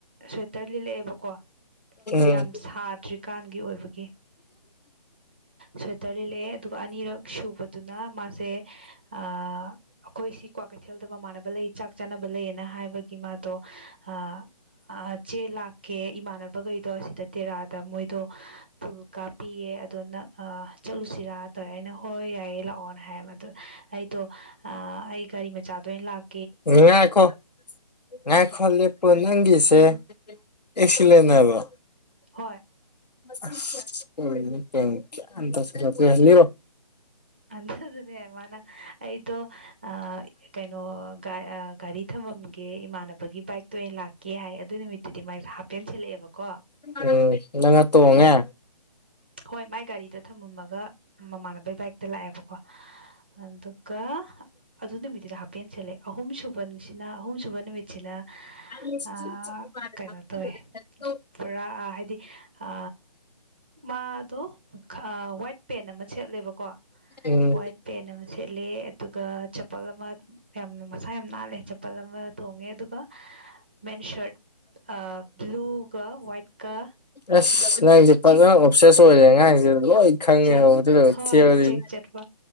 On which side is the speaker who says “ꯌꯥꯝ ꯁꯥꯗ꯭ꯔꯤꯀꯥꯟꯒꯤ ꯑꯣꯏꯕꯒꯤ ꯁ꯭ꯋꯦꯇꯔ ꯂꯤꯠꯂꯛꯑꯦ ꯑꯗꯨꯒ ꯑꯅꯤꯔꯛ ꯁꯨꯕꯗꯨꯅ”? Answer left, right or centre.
Right